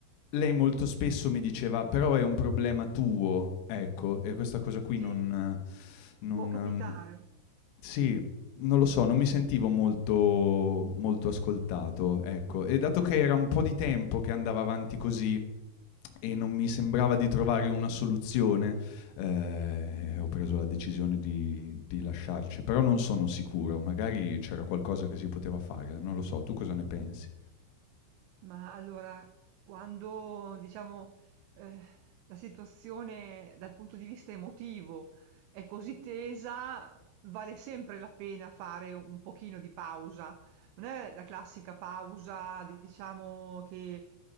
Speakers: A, on the left; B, on the right.
A: lei molto spesso mi diceva: "Però è un problema tuo", ecco, e questa cosa qui
B: sì,
A: non non
B: può capitare.
A: ehm, sì, non lo so, non mi sentivo molto molto ascoltato, ecco. E dato che era un po' di tempo che andava avanti così e non mi sembrava di trovare una soluzione, ehm, ho preso la decisione di di lasciarci, però non sono sicuro, magari c'era qualcosa che si poteva fare, non lo so, tu cosa ne pensi?
B: Ma allora, quando diciamo eh, la situazione dal punto di vista emotivo è così tesa, vale sempre la pena fare un pochino di pausa. Non è la classica pausa, diciamo che